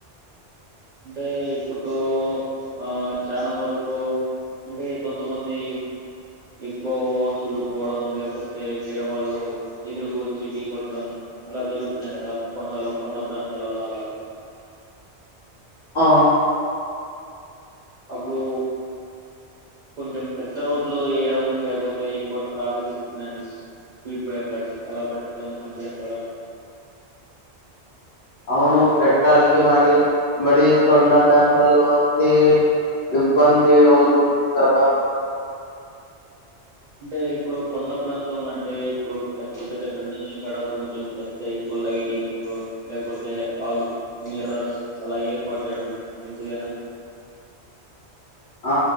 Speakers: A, on the right; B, on the left.
A: అంటే ఇప్పుడు ఆ చానా వరకు అంటే కొంతమంది ఎక్కువ ఓవర్ స్పీడ్ బోవడం లేకపోతే వేరే వాళ్ళు ఎదురుగా వచ్చి డీ కొట్టడం అలా జరుగుతున్నాయి గదా కొండలో కొండ ప్రాంతాలలో అలా
B: ఆ
A: అప్పుడు కొంచెం పెద్ద రోడ్లు వేయడం లేకపోతే ఎక్కువ ట్రాఫిక్ సిగ్నల్స్ స్పీడ్ బ్రేకర్స్ అలా పెట్టడం మంచిదంటారా
B: <inaudible> అవును పెట్టాలికి మరి మరి తొండ ప్రాంతాల్లో అయితే ఇబ్బంది అవుతుంది కదా
A: అంటే ఇప్పుడు కొండ ప్రాంతంలో అంటే ఇప్పుడు పెద్ద పెద్ద ట్రన్నింగ్ ల కాడా కొంచెం పెద్ద ఎ లైటింగు లేకపోతే ఆగు మిర్రర్స్ అలా ఏర్పాటు జేయడం మంచిదేనా
B: <inaudible> ఆ